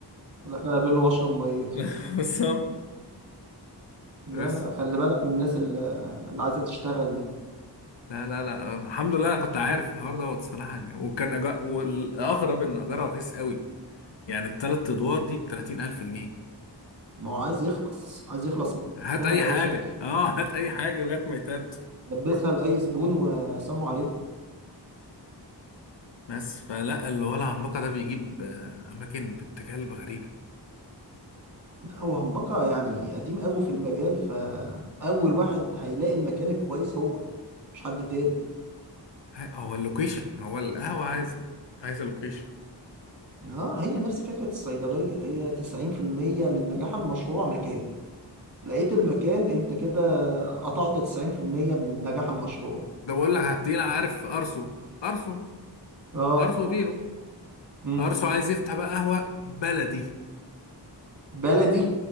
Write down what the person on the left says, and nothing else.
<laughs> بالظبط
بس
لا لا لا الحمد لله انا كنت عارف الحوار دوت صراحه وكان أجا... والاغرب ان اجارها رخيص قوي يعني الثلاث ادوار دي ب 30000 جنيه
هات
اي
حاجه
اه هات اي حاجه لغايه ما يتهد
بس فلا الولع عنبقه ده بيجيب آه، اماكن باتجاه غريبه
ه- هو اللوكيشن هو القهوة عايزة عايزة لوكيشن
ده بقول لك هتلاقينا عارف أرسو أرسو
أرسو فيرو
أرسو عايز يفتح بقى قهوة بلدي